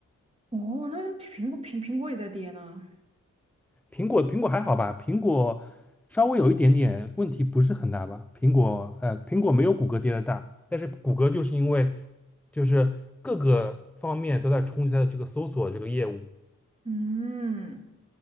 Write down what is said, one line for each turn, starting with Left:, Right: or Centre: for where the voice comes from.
Right: 哦，那苹果苹苹果也在跌呢。
Centre: 苹果苹果还好吧？苹果稍微有一点点问题，不是很大吧？苹果呃，苹果没有谷歌跌的大，但是谷歌就是因为就是各个方面都在冲击它的这个搜索这个业务，
Right: 嗯，